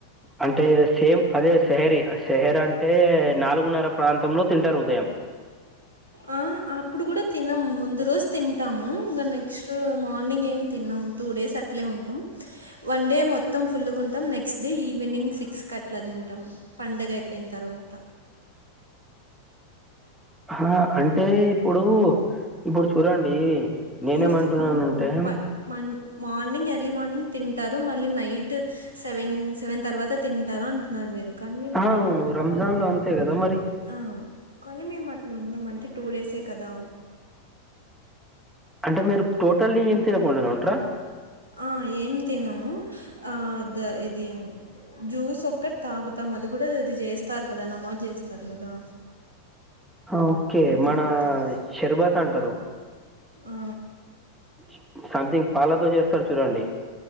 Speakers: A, in the centre; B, on the right (about 80°).
A: అంటే సేమ్ అదే సెహరి సెహరి అంటే నాలుగున్నర ప్రాంతంలో తింటారు ఉదయం.
B: అ అప్పుడు కూడా తినము ముందు రోజు తింటాము ఇంకా నెక్స్ట్ మార్నింగ్ ఏం తినము. టూ డేస్ అట్లే ఉంటాం వన్ డే మొత్తం ఫుల్గా ఉంటాం next day evening six six అట్లా తింటాం పండగ అయిపోయిన తర్వాత
A: ఆ అంటే ఇప్పుడు ఇప్పుడు చూడండి నేనేమంటున్నాను
B: ముస్లి అవును
A: అంటే
B: ప మన్ మార్నింగ్ ఎర్లీ మార్నింగ్ తింటారు మళ్ళీ నైట్ సెవెన్ సెవెన్ తర్వాత తింటారు అంటా నాలు మీరు కానీ మేము
A: అ అవును రంజాన్ లో అంతే కదా మరి
B: అ కానీ మేము అట్లా ఉండమంటే టూ డేసే కదా
A: అంటే మీరు టోటల్లీ ఏమి తినకుండనే ఉంటారా
B: అ ఏం తినము అ ద ఇది జ్యూస్ ఒక్కటి తాగుతాం అది కూడా ఇది చేస్తారు కదా నమోజ్ చేస్తారు కదా
A: ఓకే మన
B: తాగుతాం.
A: షర్బత్ అంటారు
B: ఆ!
A: సో సంథింగ్ పాలతో చేస్తారు చూడండి.